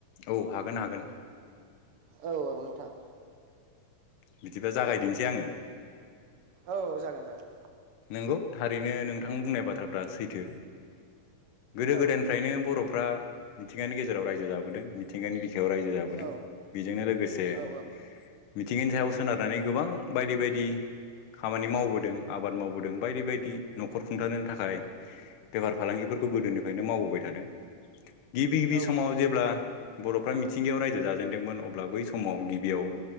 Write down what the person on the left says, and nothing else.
औ हागोन हागोन।
बिदिबा जागायदिनिसै आङो।
नंगौ थारैनो नोंथां बुंनाय बाथ्राफोरा सैथो गोदो
गोदायनिफ्रायनो बर' फ्रा मिथिंगानि गेजेराव रायजो जाबोदों मिथिंगानि बि खायाव रायजो जाबोदों
बिजोंनो लोगोसे
मिथिंगानि सायाव सोनारनानै गोबां बायदि बायदि खामानि मावबोदों आ आबाद मावबोदों बायदि -बायदि न'खर खुंथानो थाखाय बेफार फालांगिफोरखौ गोदोनिफ्रायनो मावबोबाय थादों गिबि- गिबि
समाव जेब्ला बर'फ्रा मिथिंगायाव रायजो जाजेनदोंमोन अब्ला बै समाव गिबियाव